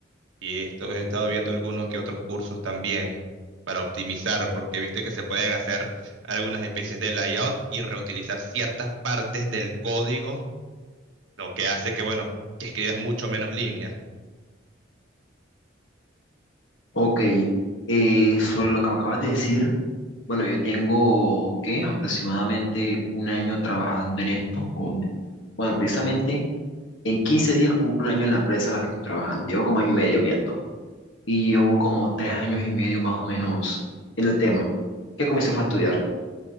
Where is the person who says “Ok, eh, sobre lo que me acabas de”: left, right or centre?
Left